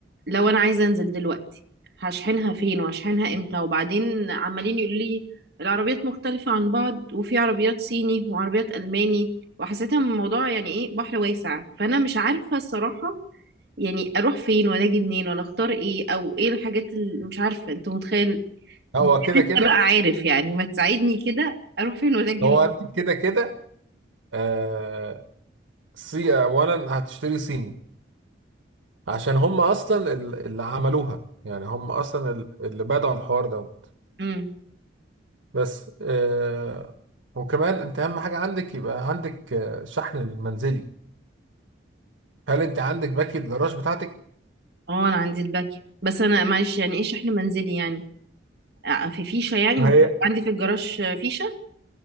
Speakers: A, on the right; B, on the right.
A: لو انا عايزه انزل دلوقتي هشحنها فين وهشحنها امتى وبعدين عمالين يقولوا لي العربيات مختلفه عن بعض وفي عربيات صيني وعربيات الماني وحسيتها من الموضوع يعني ايه بحر واسع فانا مش عارفه الصراحه يعني اروح فين ولا اجي منين ولا اختار ايه او ايه الحاجات اللي مش عارفه انت متخيل
B: هو كده
A: انت
B: كده
A: بقى عارف يعني ما تساعدني كده اروح فين ولا اجي
B: هو انت كده كده آه، سي اولا هتشتري صيني عشان هم اصلا ال- اللي عملوها يعني هم اصلا ال- اللي بدأوا الحوار دوت
A: منين
B: بس آه وكمان انت اهم حاجه عندك يبقى عندك آه، شحن المنزلي هل انت عندك باكي الجراج بتاعتك
A: اه انا عندي الباك بس انا معلش يعني ايه شحن منزلي يعني آه، في فيشه يعني
B: ما
A: المفروض
B: هي
A: عندي في الجراج آه، فيشه